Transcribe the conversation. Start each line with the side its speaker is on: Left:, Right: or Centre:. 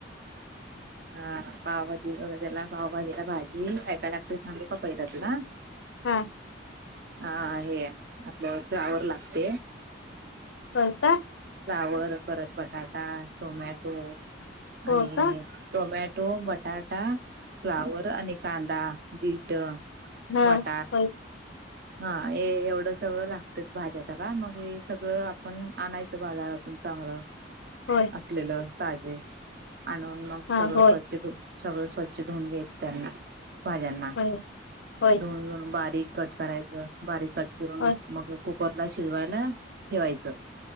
Right: हा पावभाजी वगैरेला पावभजीला भाजी कायला लागट सांगे कपयतातुला
Left: हम
Right: हा हे आपलं फ्लावर लागते
Left: कर का
Right: फावर परत बटाटा टोमॅटो
Left: हो
Right: आणि
Left: का
Right: टोमॅटो बटाटा फ्लावरवर आणि कांदा बीट
Left: हा
Right: मटार
Left: हो
Right: हा ते एवढं सगळं लागत भाज्या त्याला मग सगळं आपण आणायचं बाजारातून चांगलं
Left: हो
Right: असलेलं तजे आणून मग
Left: हा
Right: सगळ
Left: होय
Right: स्वच्छ सगळं स्वच्छ धुवून घ्यायचं त्यांना भाज्यांना
Left: होय होय
Right: धुून बारीक कट करायचं बारीक कट करून
Left: होय
Right: मग कुकरला शिजवायला ठेवायचं